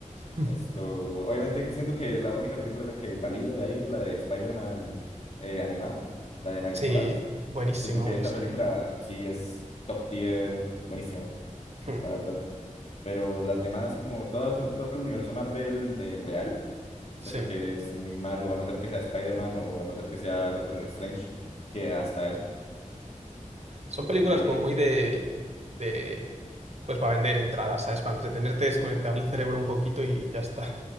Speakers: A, on the right (about 55°); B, on the left (about 50°).
A: <laughs>
B: esto, obviamente siento que la única película que valido de ahí es la de Spider-Man eh, animada, la de Miles
A: Sí,
B: Morales,
A: buenísima,
B: siento que
A: buenísima.
B: esa película sí es top tier, buenísima,
A: Ujú,
B: la verdad pero las demás, como todas, todo el universo Marvel de real, siento
A: Sí,
B: que es muy malo, a no ser que sea Spider-Man o a no ser que sea Doctor Strange, que hasta eso,
A: son
B: porque
A: películas como muy de... de Pues para vender entradas, ¿sabes? Para entretenerte, desconectar
B: sí,
A: el cerebro un poquito y ya está.